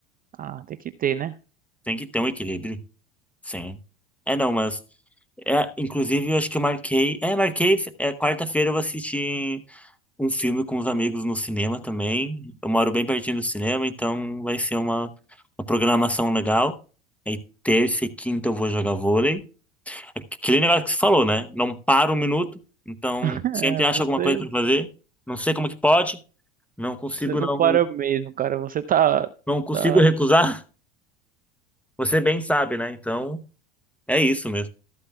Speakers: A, on the right; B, in the centre.
A: Ah, tem que ter, né?
B: Tem que ter um equilíbrio. Sim. É, não, mas. É, inclusive, eu acho que eu marquei. É, marquei. É, quarta-feira eu vou assistir um filme com os amigos no cinema também. Eu moro bem pertinho do cinema, então vai ser uma, uma programação legal. Aí, terça e quinta eu vou jogar vôlei. Aquele negócio que você falou, né? Não para um minuto, então
A: <laughs>
B: sempre
A: É,
B: acha
A: você,
B: alguma coisa para fazer. Não sei como que pode, não consigo
A: você não
B: não,
A: para mesmo, cara. Você tá,
B: não consigo
A: tá...
B: recusar. <laughs> Você bem sabe, né? Então é isso mesmo.